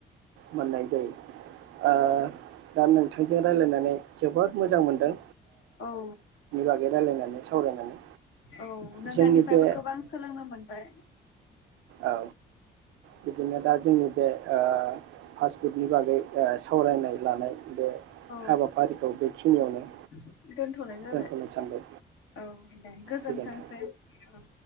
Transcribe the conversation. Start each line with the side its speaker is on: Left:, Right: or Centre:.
Right: मोननाय जायो। ओ दा नोंथांजों रायलायनानै जोबोद मोजां मोनदों।
Left: औ
Right: बे रायलायनानै सावरायनानै
Left: औ नोंथांनिफ्रायबो
Right: जोंनि बे
Left: गोबां सोलोंनो मोनबाय।
Right: औ बिदिनो दा जोंनि बे ओ फास्फुडनि बागै सावरायनाय लानाय बे
Left: औ
Right: हाबाफारिखौ बेखिनियावनो
Left: <unintelligible> दोनथ'नाय जाबाय
Right: दोनथ'नो सानबाय
Left: औ दे गोजोनथोंसै
Right: गोजोन्थों
Left: औ।